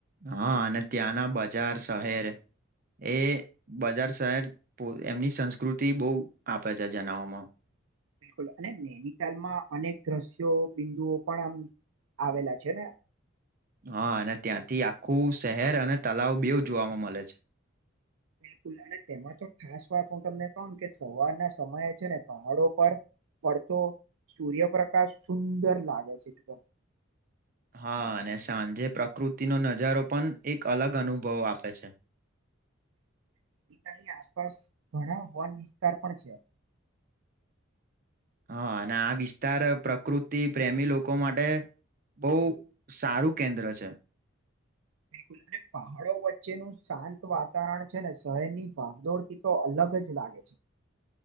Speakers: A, on the right; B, on the right.
A: હા અને ત્યાંના બજાર શહેર એ બજાર શહેર એમની સંસ્કૃતિ બહુ આપે છે જણવામાં
B: બિલકુલ અને નૈનીતાલમાં અનેક દ્રશ્યો બિંદુઓ પણ આમ આવેલા છે ને
A: હા અને ત્યાંથી આખું શહેર અને તલાવ બેવ જોવાવામાં મળે છે
B: બિલકુલ અને તેમાં તો ખાસ વાત હું તમને કહું ને કે સવારના સમયે છે ને પહાડો પર પણ તો સૂર્યપ્રકાશ સુંદર લાગે છે એકદમ
A: હા અને સાંજે પ્રકૃતિનો નજારો પણ એક અલગ અનુભવ આપે છે
B: ની આસપાસ ઘણા વન વિસ્તાર પણ છે
A: હા અને આ વિસ્તાર પ્રકૃતિ પ્રેમી લોકો માટે બહ સારું કેન્દ્ર છે
B: <unintelligible> બિલકુલ અને પહાડો વચ્ચેનું શાંત વાતાવરણ છે ને શહેરની ભાગદોડથી તો અલગ જ લાગે છે